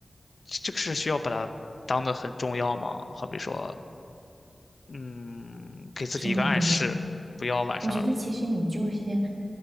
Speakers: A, on the left; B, on the right.
A: 这个是需要把它当的很重要吗？好比说，嗯，给自己一个暗示，
B: 什么很重要？
A: 不要晚上。
B: 我觉得其实你就先